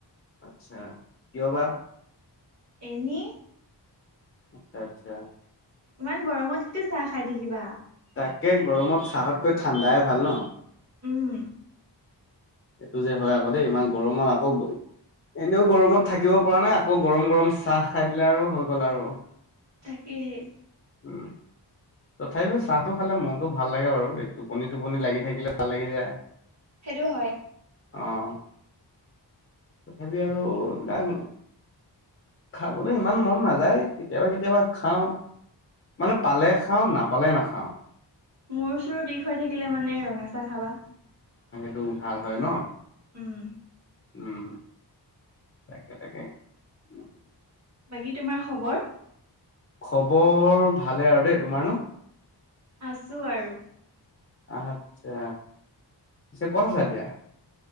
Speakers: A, on the left (about 30°); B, on the right (about 40°).
A: আচ্ছা, কিয় বা?
B: এনেই।
A: আচ্ছা আচ্ছা।
B: ইমান গৰমত কেতিয়া চাহ খাই থাকিবা।
A: তাকে গৰমত চাহতকৈ ঠাণ্ডাই ভাল ন।
B: উম।
A: এইটো যে হয় আকৌ দেই ইমান গৰমত আকৌ বৈ এনেও গৰমত থাকিব পৰা নাই আকৌ গৰম গৰম চাহ খাই দিলে আৰু হৈ গ'ল আৰু।
B: তাকেহেই।
A: উম। তথাপি চাহটো খালে মনটো ভাল লাগে বাৰু, এই টোপনি -টোপনি লাগি থাকিলে ভাল লাগি যায়।
B: সেইটো হয়।
A: অঁ। তথাপি আৰু এইবিলাক খাবলৈ ইমান মন নাযায়, কেতিয়াবা কেতিয়াবা খাওঁ। মানে পালে খাওঁ, নাপালে নাখাওঁ।
B: মোৰ চোৰ বিষ হৈ থাকিলে মানে ৰঙা চাহ খাবা।
A: টো ভাল হয় ন।
B: উম
A: উম তাকে তাকে উম।
B: বাকী তোমাৰ খবৰ?
A: খবৰ ভালে আৰু দেই তোমাৰ ন?
B: আছো আৰু।
A: আচ্ছা, চে কত আছ এতিয়া?